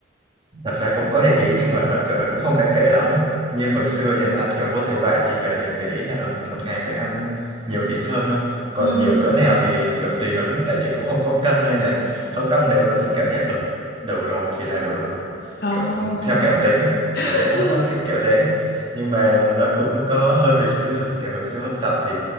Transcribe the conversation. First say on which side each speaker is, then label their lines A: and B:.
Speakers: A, on the right; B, on the left.
A: thật ra cũng có để ý nhưng mà nó kiểu nó cũng không đáng kể lắm ấy như hồi xưa chừng ăn kiểu vô tội vạ thì giờ chừng để ý là ừ, một ngày phải ăn nhiều thịt hơn thôi còn
B: ừ
A: nhiều
B: ừ.
A: cỡ nào thì kiểu tùy hứng ấy. tại chừng cũng không có cân nên là không có đong đếm nó chừng cảm giác ừ đủ rồi thì là đủ rồi
B: ồ
A: kiểu ừ, theo cảm tính ấy ở
B: <laughs>
A: đấy nó nó kiểu kiểu thế nhưng mà nó cũng có hơn hồi xưa kiểu hồi xưa học tập thì